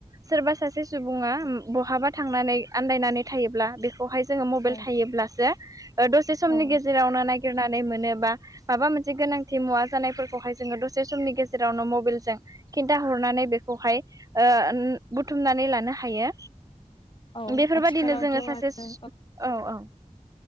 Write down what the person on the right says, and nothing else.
सोरबा सासे सुबुङा बहाबा थांनानै आन्दायनानै थायोब्ला बेखौ खौहाय जोङो मबाइल
थायोब्लासो ओ दसे समनि
गेजेरावनो नागिरनानै मोनो बा माबा मोनसे गोनांथि मुवा जानायफोरखौहाय जोङो दसे समनि गेजेरावनो मबाइलजों खिन्थाहरनानै बेखौहाय ओ बुथुमनानै लानो हायो।
बेफोरबायदिनो
जोङो सासे
सु औ औ